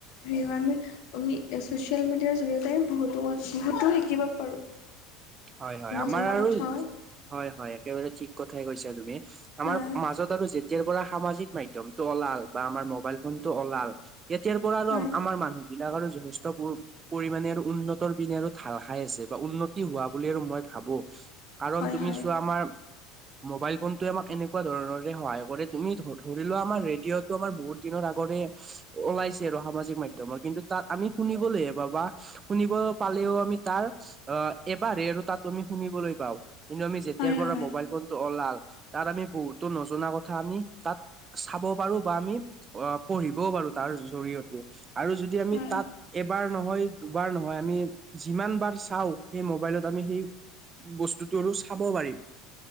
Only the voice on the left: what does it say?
সেইকাৰণে আমি ছ'চিয়েল মিডিয়াৰ জৰিয়তে বহুতো-বহুতো শিকিব পাৰোঁ। <unintelligible> <unintelligible>
নজনা
কথাও
হয়
হয়
হয়
হয়
হয়
হয়
হয়